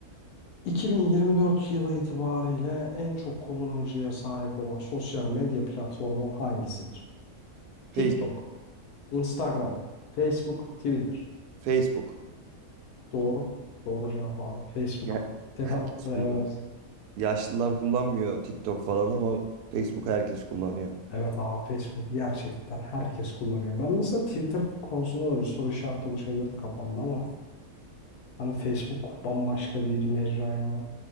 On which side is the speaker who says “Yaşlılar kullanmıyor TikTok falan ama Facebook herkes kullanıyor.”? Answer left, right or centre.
Right